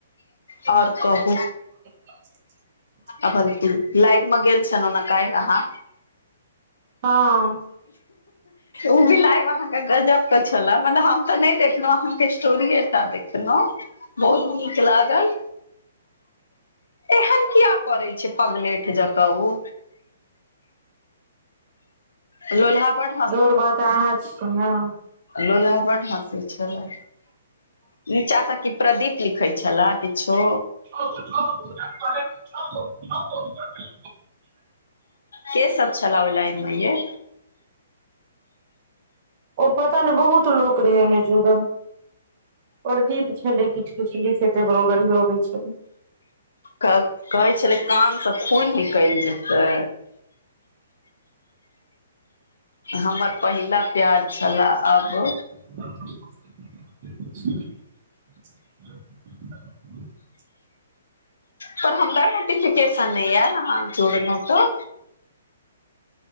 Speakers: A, on the left (about 75°); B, on the right (about 45°).
A: और कहुँ
B: <unintelligible>
A: अपन ती लाइव मे गेल छेलहु न कल्हि आहाँ
B: हम
A: उ भी लाइब अहाँ के गजब के छलह मने हम ते नहि देखलहुँ अहाँ के स्टोरीये टा देखलहुँ बहुत नीक लागल ऐहन किया करै छै पगलेठ जका उ लोलहा बड
B: दौड़ब तऽ अहाँ न
A: लोलहा बड हसे छलै नीचा से कि प्रदीप लिखै छले किछो
B: <inaudible>
A: के सब छला ओ लइन मे ये
B: ओ पता नै बहुत लोक रहे ओमे जूरल प्रदीप छलै किछ कछु लिखे तहि पर ओ गढ़ियोबै छलै
A: क कहै छले कान स खून निकैल जेतै हमर पहिला प्यार छलाह अब
B: <inaudible> <inaudible>
A: पर हमरा नोटिफिकेशन नहि आयल अहाँ जोड़लो तऽ